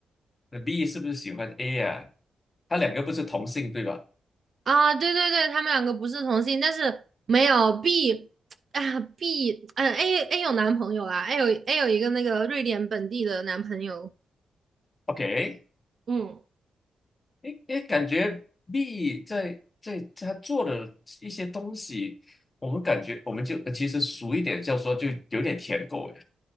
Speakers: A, on the left (about 20°); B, on the right (about 40°).
A: 那 B 是不是喜欢 A 呀、他两个不是同性对吧
B: 啊对对对，他们两个不是同性，但是没有 B，哎呀 B，嗯 A A 有男朋友啦，A 有 A 有一个那个瑞典本地的男朋友。
A: ？OK，
B: 嗯，
A: 诶诶，感觉 B 在在他做的一些东西，我们感觉我们就其实俗一点叫说就有点舔狗